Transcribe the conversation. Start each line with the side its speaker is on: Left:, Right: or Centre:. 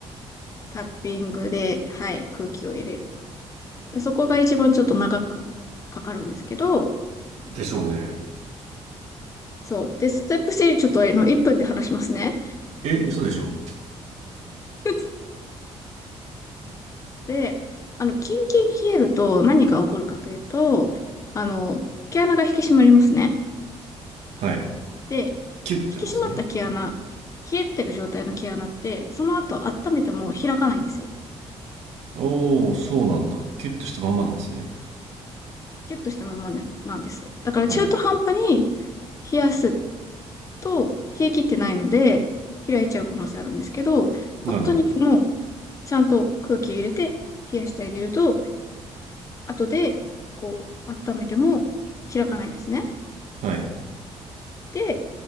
Left: タッピングで、はい、空気を入れる。そこが一番ちょっと長くかかるんですけど、
Right: でしょうね。
Left: そう。で、ステップ3ちょっとあの1分で話しますね。
Right: え、嘘でしょ
Left: <laughs> で、あの、キンキンに冷えると何が起こるかというと、あの、毛穴が引き締まりますね。
Right: う。はい。
Left: で、引
Right: キュッてなんですね。
Left: き締まった毛穴、冷えてる状態の毛穴って、その後温めても開かないんですよ。
Right: おー、そうなんだ。キュッとしたまんまなんですね。
Left: キュッとしたままね、なんです。だから中途半端に
Right: はい。
Left: 冷やすと、冷え切ってないので、開いちゃう可能性あるんですけど、本当にもう、
Right: なるほど。
Left: ちゃんと空気を入れて冷やしてあげると、後で、こう、温めても開かないんですね。
Right: はいはい。
Left: で、